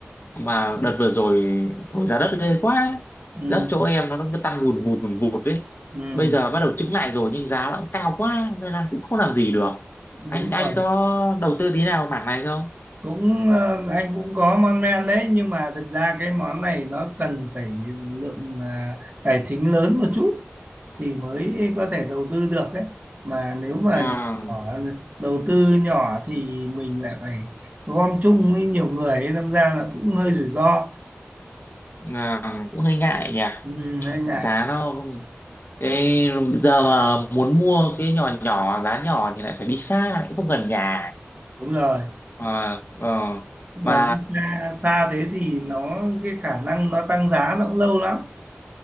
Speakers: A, on the left; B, on the right.
A: mà đợt vừa rồi thổi giá đất ghê quá
B: Ừ,
A: đất chỗ em nó cứ tăng hùn vụt hùn vụt đấy
B: ừ,
A: bây giờ bắt đầu chững lại rồi nhưng giá nó cũng cao quá nên là cũng không làm gì được
B: đúng
A: anh anh
B: rồi.
A: có đầu tư tí nào mảng này không
B: cũng ờ, anh cũng có mon men đấy nhưng mà thực ra cái món này nó cần phải lượng ờ, tài chính lớn một chút thì mới có thể đầu tư được ấy mà nếu mà
A: à,
B: nhỏ, đầu tư nhỏ thì mình lại phải gom chung với nhiều người ấy, đâm ra là cũng hơi rủi ro
A: à, cũng hơi ngại nhỉ
B: ừ, hơi ngại
A: giá nó cái giờ mà muốn mua cái nhỏ nhỏ giá nhỏ thì lại phải đi xa lại không gần nhà
B: đúng rồi
A: mà ờ,
B: và
A: mà
B: đi xa xa thế thì nó cái khả năng nó tăng giá nó cũng lâu lắm